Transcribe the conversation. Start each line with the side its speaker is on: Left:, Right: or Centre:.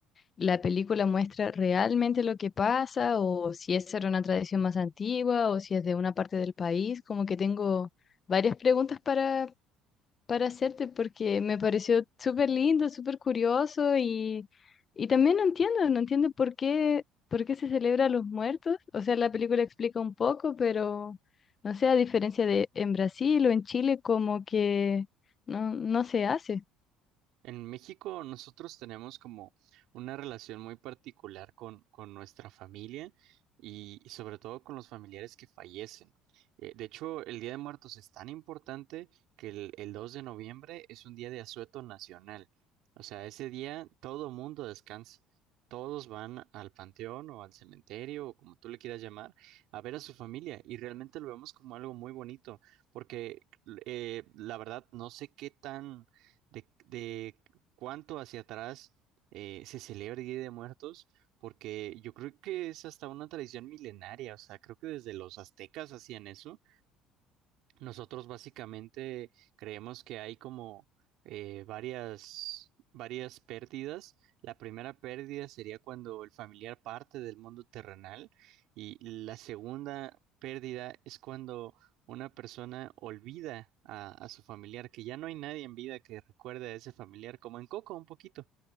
Left: la película muestra realmente lo que pasa, o si esa era una tradición más antigua, o si es de una parte del país, como que tengo varias preguntas para para hacerte porque me pareció súper lindo, súper curioso y, y también no entiendo, no entiendo por qué, por qué se celebra a los muertos. O sea, la película explica un poco, pero no sé, a diferencia de en Brasil o en Chile, como que no, no se hace.
Right: En México nosotros tenemos como una relación muy particular con, con nuestra familia y, y sobre todo con los familiares que fallecen. Eh, de hecho, el Día de Muertos es tan importante que el, el 2 de noviembre es un día de asueto nacional. O sea, ese día todo mundo descansa. Todos van al panteón o al cementerio o como tú le quieras llamar a ver a su familia y realmente lo vemos como algo muy bonito porque eh, la verdad no sé qué tan de, de cuánto hacia atrás eh, se celebra el Día de Muertos, porque yo creo que es hasta una tradición milenaria, o sea, creo que desde los aztecas hacían eso nosotros básicamente creemos que hay como eh, varias, varias pérdidas. La primera pérdida sería cuando el familiar parte del mundo terrenal y la segunda pérdida es cuando una persona olvida a, a su familiar, que ya no hay nadie en vida que recuerde a ese familiar, como en Coco un poquito.